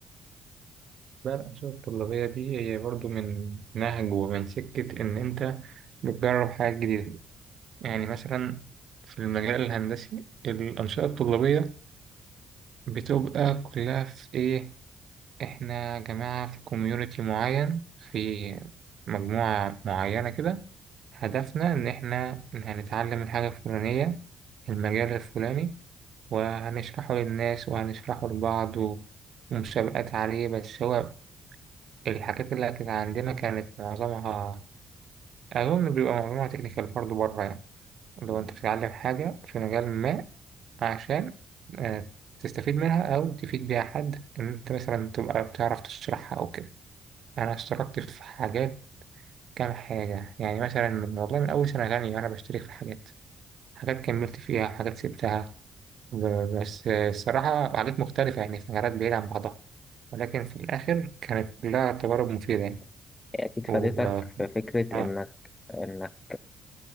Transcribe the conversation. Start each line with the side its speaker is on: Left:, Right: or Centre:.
Right: بقى الأنشطة الطلابية دي هي برضو من نهج ومن سكة إن أنت بتجرب حاجات جديدة يعني مثلا في المجال الهندسي الأنشطة الطلابية بتبقى كلها في إيه إحنا يا جماعة في كوميونيتي معين في مجموعة معينة كده هدفنا إن إحنا هنتعلم الحاجة الفلانية المجال الفلاني وهنشرحه للناس وهنشرحه لبعض و- ومسابقات عليه بس هو الحاجات اللي كانت عندنا كانت معظمها أظن بيبقى معظمها تكنيكال برضه بره يعني لو أنت بتتعلم حاجة في مجال ما عشان آه، تستفيد منها أو تفيد بيها حد إن أنت مثلا تبقى بتعرف تشرحها أو كده أنا اشتركت في حاجات كام حاجة يعني مثلا من والله من أول سنة تانية وأنا بشترك في حاجات حاجات كملت فيها حاجات سبتها ب- بس آه، الصراحة حاجات مختلفة يعني في مجالات بعيدة عن بعضها ولكن في الآخر كانت كلها تجارب مفيدة يعني
Left: أكيد فادتك
Right: و...
Left: في فكرة
Right: آه،
Left: إنك إنك